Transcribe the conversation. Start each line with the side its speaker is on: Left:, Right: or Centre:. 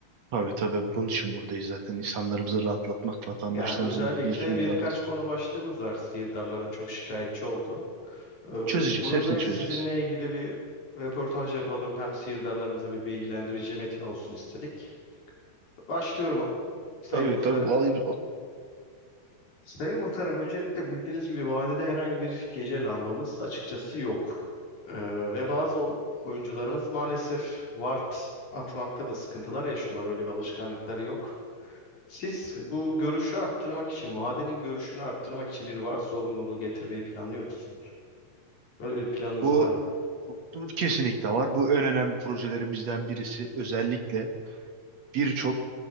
Right: Tabii tabii bunun için buradayız zaten. İnsanlarımızı rahatlatmak, vatandaşlarımızın
Left: Yani özellikle
Right: mutluluğu için
Left: birkaç
Right: buralardayız.
Left: konu başlığımız var Sirdarların çok şikayetçi olduğu. E,
Right: Çözeceğiz,
Left: Bununla
Right: hepsini çözeceğiz.
Left: sizinle ilgili bir röportaj yapalım. Hem Sirdarlarımıza bir bilgilendirici metin olsun istedik. Başlıyorum Sayın
Right: Tabii
Left: Muhtarım.
Right: tabii bu alayım. o-
Left: Sayın Muhtarım, öncelikle bildiğiniz gibi vadede herhangi bir gece lambamız açıkçası yok. Ee, ve bazı o- oyuncularımız maalesef ward atmakta da sıkıntılar yaşıyorlar. Öyle bir alışkanlıkları yok. Siz bu görüşü arttırmak için, vadenin görüşünü arttırmak için bir ward zorunluluğu getirmeyi planlıyor musunuz? Böyle bir planınız
Right: Bu,
Left: var mı?
Right: bu, bu kesinlikle var. Bu en önemli projelerimizden birisi. Özellikle birçok